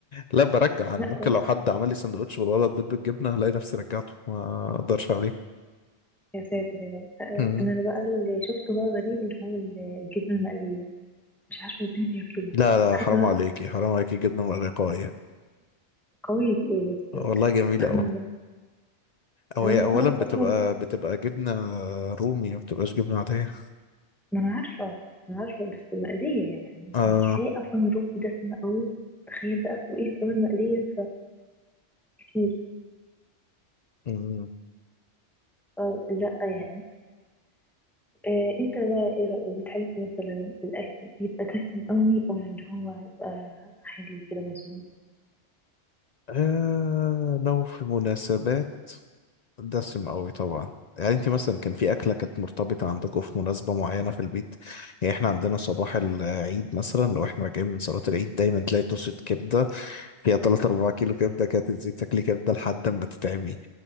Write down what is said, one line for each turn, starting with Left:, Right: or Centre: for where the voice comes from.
Left: لا برجع انا
Centre: لا
Left: ممكن
Centre: ولا
Left: لو حد عمل لي سندوتش بالولد بيض بالجبنه الاقي نفسي رجعته ما اقدرش عليه
Centre: يا ساتر يا رب آه،
Left: مم.
Centre: انا اللي بقى اللي شفته بقى غريب اللي هو ال- الجبنه المقليه مش عارفه ازاي بياكلوها
Left: لا لا
Centre: حاجه
Left: حرام عليكي حرام عليكي جبنه مرقاية
Centre: قويه ايه بس
Left: والله جميله
Centre: سبحان
Left: قوي
Centre: الله
Left: او
Centre: انا
Left: هي
Centre: مستغرب
Left: اولا بتبقى
Centre: اصلا
Left: بتبقى جبنه رومي ما بتبقاش جبنه عاديه
Centre: ما انا عارفه ما انا عارفه بس مقليه يعني
Left: آه.
Centre: يعني كفايه اصلا الرز دسمه قوي تخيل بقى فوقيها كمان مقليه فكتير
Left: مم.
Centre: فلا يعني آه انت بقى ايه رأيك بتحب مثلا الاكل يبقى دسم قوي ولا اللي هو يبقى حلو كده مظبوط
Left: آه. لو في مناسبات دسم قوي طبعا يعني انت مثلا كان في اكله كانت مرتبطه عندكم في مناسبه معينه في البيت يعني احنا عندنا صباح العيد مثلا لو احنا راجعين من صلاه العيد دايما تلاقي طاسه كبده فيها 3 4 كيلو كبده كانت تزيد تاكلي كبده لحد ما تتعبي